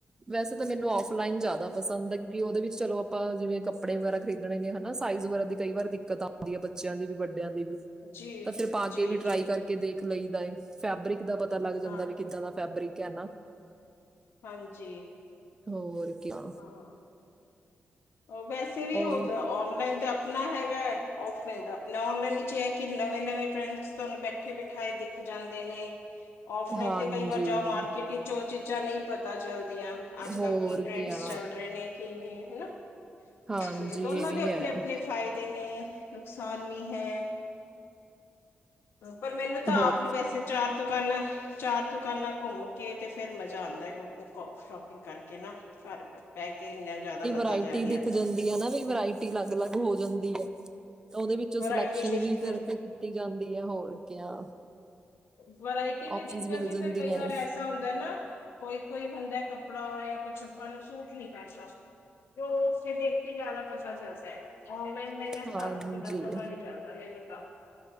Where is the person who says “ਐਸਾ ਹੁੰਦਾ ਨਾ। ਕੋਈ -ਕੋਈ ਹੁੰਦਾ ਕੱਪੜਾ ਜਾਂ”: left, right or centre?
Left